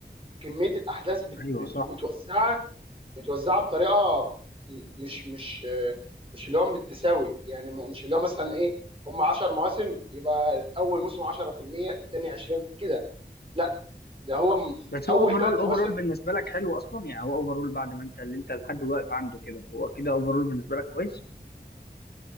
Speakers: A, on the right (about 30°); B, on the left (about 65°).
A: كمية الاحداث بت...
B: ايوه
A: بت...
B: صح
A: متوزعة متوزعة بطريقة م- مش مش آه، مش اللي هو بالتساوي يعني م- مش اللي هو مثلا ايه هم 10 مواسم يبقى اول موسم 10% الثاني 20 كده لا ده هو م-
B: بس
A: اول
B: هو اوفرول
A: ثلاث مواسم
B: اوفرول بالنسبه لك حلو اصلا يعني هو اوفرول بعد ما انت اللي انت لحد واقف عنده كده هو كده اوفرول بالنسبه لك كويس